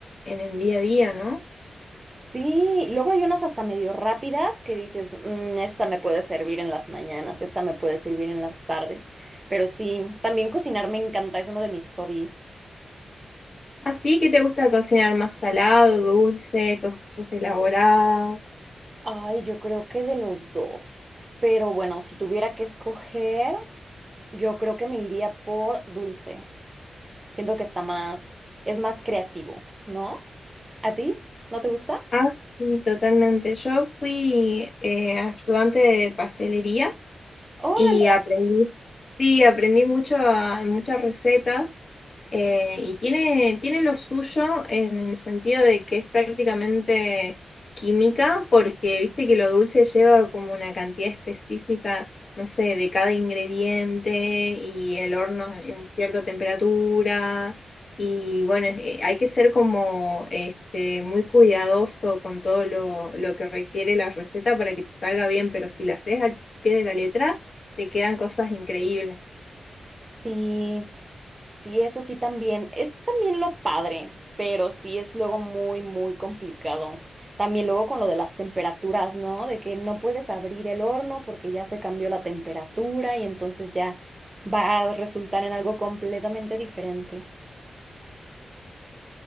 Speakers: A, on the left (about 40°); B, on the right (about 20°).
A: en el día a día, ¿no?
B: Sí, luego hay unas hasta medio rápidas que dices, "Mm, esta me puede servir en las mañanas, esta me puede servir en las tardes. Pero sí, también cocinar me encanta, es uno de mis hobbies.
A: Así que te gusta cocinar más salado, dulce, cosas elaboradas.
B: Ay, yo creo que de los dos. Pero bueno, si tuviera que escoger, yo creo que me iría por dulce. Siento que está más, es más creativo, ¿no? ¿A ti? ¿No te gusta?
A: Ah, sí, totalmente. Yo fui eh, ayudante de pastelería
B: Órale.
A: y aprendí, sí, aprendí mucho a- muchas recetas. Eh, y tiene, tiene lo suyo en el sentido de que es prácticamente química, porque viste que lo dulce lleva como una cantidad específica, no sé, de cada ingrediente y el horno en cierta temperatura. Y bueno, es- eh, hay que ser como este, muy cuidadoso con todo lo, lo que requiere la receta para que te salga bien, pero si la haces al pie de la letra, te quedan cosas increíbles.
B: Sí, sí, eso sí también. Es también lo padre, pero sí es luego muy, muy complicado. También luego con lo de las temperaturas, ¿no? De que no puedes abrir el horno porque ya se cambió la temperatura y entonces ya va a resultar en algo completamente diferente.